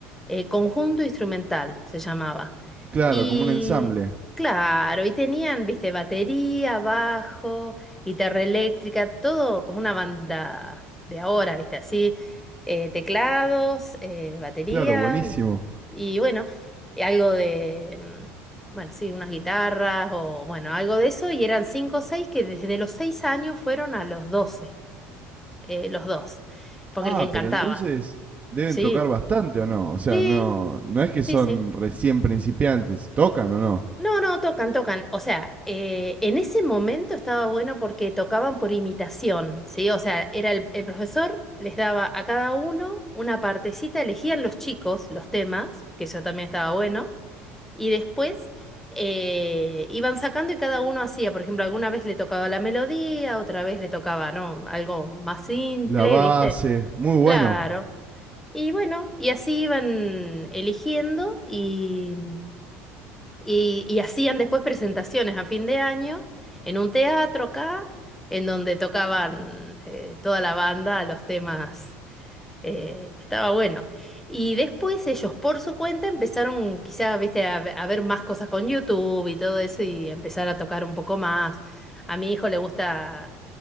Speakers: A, in the centre; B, on the right.
A: eh, conjunto instrumental, se llamaba.
B: Claro,
A: Y
B: como un ensamble.
A: claro, y tenían, viste, batería, bajo, guitarra eléctrica, todo como una banda de ahora, viste, así, eh, teclados, eh, batería,
B: Claro, buenísimo.
A: y bueno, y algo de, mm, bueno, sí, unas guitarras o bueno, algo de eso, y eran cinco o seis que desde los seis años fueron a los 12 eh, los dos, porque
B: Ah,
A: les encantaba.
B: pero entonces deben
A: Sí,
B: tocar bastante o no. O sea,
A: sí,
B: no, no es que
A: sí,
B: son
A: sí.
B: recién principiantes. ¿Tocan o no?
A: No, no, tocan, tocan. O sea, eh, en ese momento estaba bueno porque tocaban por imitación, ¿sí? O sea, era el, el profesor, les daba a cada uno una partecita, elegían los chicos los temas, que eso también estaba bueno. Y después eh, iban sacando y cada uno hacía, por ejemplo, alguna vez le tocaba la melodía, otra vez le tocaba, ¿no? Algo más simple,
B: La base,
A: ¿viste?
B: muy bueno.
A: Claro. Y bueno, y así iban eligiendo y, y, y hacían después presentaciones a fin de año en un teatro acá, en donde tocaban eh, toda la banda los temas eh, estaba bueno. Y después ellos por su cuenta empezaron quizá, viste, a, ve- a ver más cosas con YouTube y todo eso y empezar a tocar un poco más. A mi hijo le gusta